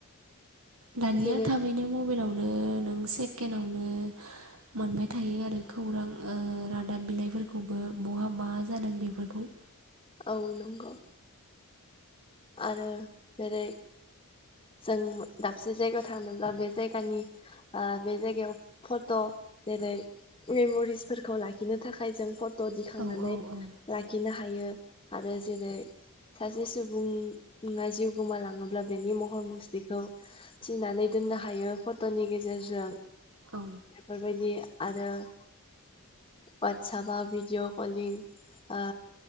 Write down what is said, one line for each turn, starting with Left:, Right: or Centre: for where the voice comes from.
Right: दानिया
Left: जेरै
Right: थाबैनो मबाइलावनो नों सेकेन्डआवनो मोनबाय थायो आरो खौरां रादाब बिलाइफोरखौबो बहा मा जादों बेफोरखौ
Left: औ नंगौ आरो जेरै जों दाबसे जायगायाव थांनोब्ला बे जायगानि बे जायगायाव फट' जेरै मेम'रिसफोरखौ लाखिनो थाखाय जों फट' दिखांनानै
Right: औ औ औ
Left: लाखिनो हायो आरो जेरै सासे सुबुं बुंना जिउ गोमालाङोब्ला बेनि महर मुस्रिखौ थिनानै दोननो हायो फट'नि गेजेरजों
Right: औ
Left: बेफोरबायदि आरो ववाटसपाव भिडिअ कलिं ओ